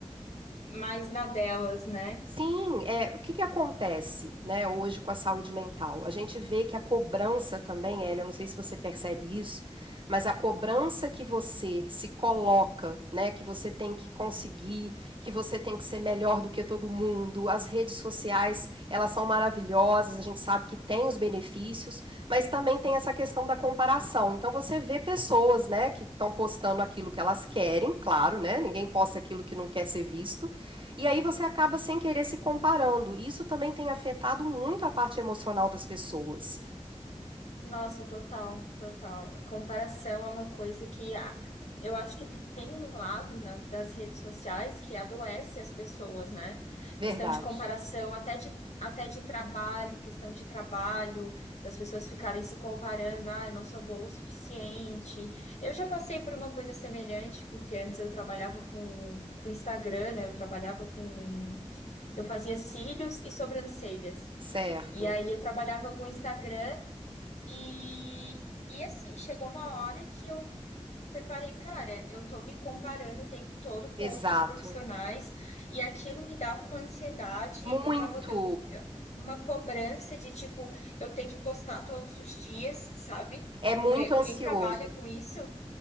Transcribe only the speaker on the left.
mais na delas, né?
Nossa, total, total. A comparação é uma coisa que a- eu acho que tem um lado nas, das redes sociais que adoece as pessoas, né? Questão
de comparação, até de, até de trabalho, questão de trabalho, das pessoas ficarem se comparando, ah, eu não sou boa o suficiente. Eu já passei por uma coisa semelhante, porque antes eu trabalhava com, com Instagram, né? Eu trabalhava com. Eu fazia cílios e sobrancelhas.
E aí eu trabalhava com Instagram. E, e assim, chegou uma hora que eu reparei, cara, eu tô me comparando o tempo todo com
outras profissionais e aquilo me dava uma ansiedade,
eu tava, eu, eu- uma cobrança de tipo, eu ter que postar todos os dias, sabe?
Porque quem
trabalha com isso,